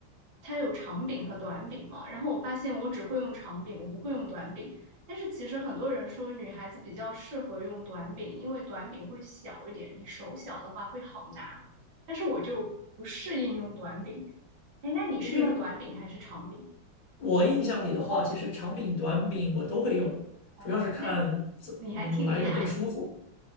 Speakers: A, on the right; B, on the left.
A: 它有长柄和短柄嘛，然后我发现我只会用长柄，我不会用短柄。但是其实很多人说女孩子比较适合用短柄，因为短柄会小一点，你手小的话会好拿。但是我就不适应用短柄。哎，那你是用短柄还是长柄？
B: 那为什么我印象里的话，其实长柄、短柄我都会用，
A: 哦，
B: 主要是看怎嗯哪一种更舒服，
A: 那你还挺厉害。